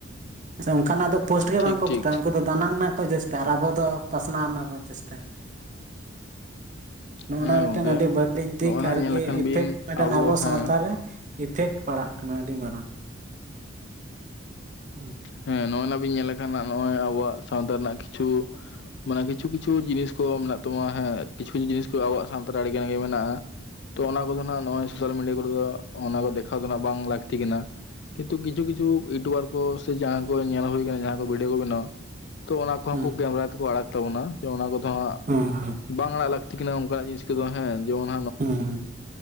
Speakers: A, on the right (about 40°); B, on the left (about 60°).
A: ᱥᱮ ᱚᱝᱠᱟᱱᱟᱜ ᱫᱚ ᱯᱳᱥᱴ ᱜᱮ
B: ᱴᱷᱤᱠ
A: ᱵᱟᱝ ᱠᱚ
B: ᱴᱷᱤᱠ
A: ᱯᱳᱥᱴ-ᱟ ᱩᱝᱠᱩ ᱫᱚ ᱫᱟᱱᱟᱝ ᱨᱮᱱᱟᱜ ᱠᱚ ᱪᱮᱥᱴᱟᱭ-ᱟ, ᱟᱨ ᱟᱵᱚ ᱫᱚ ᱯᱟᱥᱱᱟᱣ ᱨᱮᱱᱟᱜ ᱵᱚᱱ ᱪᱮᱥᱴᱟᱭ-ᱟ᱾ ᱱᱚᱜᱚᱱᱟ
B: ᱦᱮᱸ
A: ᱢᱮᱫᱴᱮᱱ
B: ᱜᱚᱝᱠᱮ
A: ᱟᱹᱰᱤ ᱵᱟᱹᱲᱤᱡ ᱫᱤᱠ
B: ᱱᱚᱜᱼᱚᱭ ᱱᱟᱜ
A: ᱟᱨᱠᱤ
B: ᱧᱮᱞ ᱞᱮᱠᱷᱟᱱ
A: ᱮᱯᱷᱮᱠᱴ
B: ᱵᱤᱱ
A: ᱢᱤᱫᱴᱟᱱ ᱟᱵᱚ
B: ᱦᱮᱸ
A: ᱥᱟᱶᱛᱟᱨ ᱨᱮ ᱮᱯᱷᱮᱠᱴ ᱯᱟᱲᱟᱜ ᱠᱟᱱᱟ ᱟᱹᱰᱤ ᱢᱟᱨᱟᱝ᱾ ᱦᱩᱸ᱾
B: ᱦᱮᱸ ᱱᱚᱜᱼᱚᱭ ᱱᱟᱜ ᱵᱤᱱ ᱧᱮᱞ ᱞᱮᱠᱷᱟᱱ ᱱᱚᱜ-ᱚᱭ ᱟᱵᱚᱣᱟᱜ ᱥᱟᱶᱛᱟ ᱨᱮᱱᱟᱜ ᱠᱤᱪᱷᱩ ᱢᱟᱱᱮ ᱠᱤᱪᱷᱩ ᱠᱤᱪᱷᱩ ᱡᱤᱱᱤᱥ ᱠᱚ ᱢᱮᱱᱟᱜ ᱛᱟᱵᱚᱱᱟ ᱦᱮᱸ ᱠᱤᱪᱷᱩ ᱠᱤᱪᱷᱩ ᱡᱤᱱᱤᱥ ᱠᱚ ᱟᱵᱚᱣᱟᱜ ᱥᱟᱶᱛᱟ ᱨᱮ ᱟᱹᱰᱤ ᱜᱟᱱ ᱜᱮ ᱢᱮᱱᱟᱜᱼᱟ᱾ ᱛᱚ ᱚᱱᱟ ᱠᱚᱫᱚ ᱱᱟᱦᱟᱜ ᱱᱚᱜᱼᱚᱭ ᱥᱳᱥᱟᱞ ᱢᱤᱰᱤᱭᱟ ᱠᱚᱨᱮ ᱫᱚ ᱚᱱᱟ ᱠᱚ ᱫᱮᱠᱷᱟᱣ ᱫᱚ ᱱᱟᱜ ᱵᱟᱝ ᱞᱟᱹᱠᱛᱤ ᱠᱟᱱᱟ᱾ ᱠᱤᱱᱛᱩ ᱠᱤᱪᱷᱩ ᱠᱤᱪᱷᱩ ᱤᱭᱩᱴᱩᱵᱟᱨ ᱠᱚ ᱥᱮ ᱡᱟᱦᱟᱸ ᱠᱚ ᱧᱮᱞ ᱦᱩᱭ ᱠᱟᱱᱟ ᱡᱟᱦᱟᱸ ᱠᱚ ᱵᱷᱤᱰᱤᱭᱳ ᱠᱚ ᱵᱮᱱᱟᱣᱟ ᱛᱚ ᱚᱱᱟ ᱠᱚᱦᱚᱸ
A: ᱦᱩᱸ
B: ᱠᱚ ᱠᱮᱢᱨᱟ ᱛᱮᱠᱚ ᱟᱲᱟᱜ ᱛᱟᱵᱚᱱᱟ, ᱡᱮ ᱚᱱᱟ ᱠᱚᱫᱚ ᱦᱟᱸᱜ
A: ᱦᱩᱸ ᱦᱩᱸ᱾
B: ᱵᱟᱝ ᱟᱲᱟᱜ ᱞᱟᱹᱠᱛᱤ ᱠᱟᱱᱟ ᱚᱱᱠᱟᱱᱟᱜ ᱡᱤᱱᱤᱥ ᱠᱚᱫᱚ ᱦᱮᱸ ᱡᱮᱢᱚᱱᱼᱼ
A: ᱦᱩᱸ